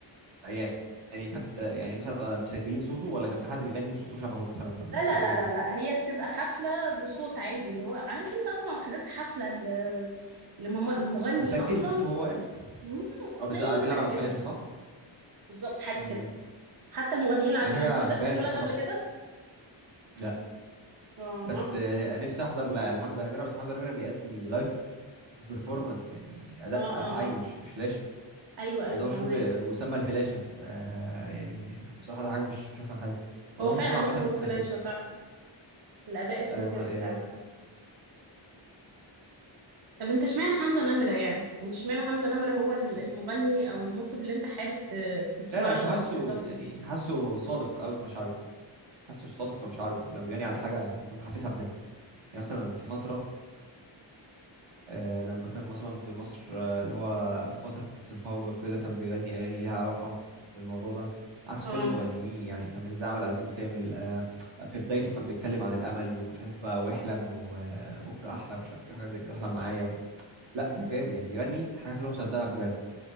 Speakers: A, on the right (about 70°); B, on the right (about 50°).
A: يعني يعني كانت يعني مثلا آه، مسجلين صوته ولا كان في حد بيغني صوته شبهه مثلا ولا
B: لا
A: كان
B: لا
A: ايه
B: لا
A: بالظبط
B: لا لا هي بتبقى حفلة بصوت عادي اللي هو عارف انت اصلا لو حضرت حفلة ل- لمغني
A: متسجل
B: اصلا
A: بصوته هو يعني
B: مم،
A: او
B: اغنية
A: بيس- آه،
B: متسجلة
A: بيلعب على فلاشة صح
B: بالظبط حاجة
A: امم
B: كده حتى المغنيين العاديين
A: دي حاجة ما
B: انت حضرت
A: بحبهاش
B: حفلات
A: بصراحة
B: قبل كده؟
A: لا
B: اه
A: بس
B: اه
A: آه، نفسي احضر ل- لحمزة نمرة بس حمزة نمرة بيأدي لايف بيرفورمانس يعني اداء
B: اه اه
A: حي مش مش فلاشة
B: ايوه ايوه
A: ده
B: فهماك
A: مشهور بمسمى الفلاشة آه يعني بصراحة ده حاجة مش مش احسن حاجة وده
B: هو فعلا
A: مشهور عامة
B: اسمه الفلاشة
A: في
B: صح الاداء اسمه
A: آه
B: كده
A: ما
B: فعلا
A: يعني
B: طب انت اشمعنى حمزة نمرة يعني يعني اشمعنى حمزة نمرة هو ال- المغني او المطرب اللي انت حابب ت- تسمع
A: مش عارف عشان
B: له او
A: حاسه
B: تحضر له
A: يعني حاسه صادق قوي في مشاعره حاسه صادق في مشاعره لما بيجاني على حاجه بيكون حاسسها بجد يعني مثلا في فتره آه، لما كان مثلا في مصر آه، اللي هو فتره الفوضى وكده كان بيغني اغاني ليها علاقه بالموضوع ده عكس
B: اه
A: كل المغنيين يعني فاهمني ازاي عمل البوم كامل آه، في بدايته كان بيتكلم عن الامل ومش عارف بقى واحلم وبكره احلى مش عارف ايه حاجات زي كده احلم معايا و... لا كان جامد يعني بيغني الحاجات اللي هو مصدقها بجد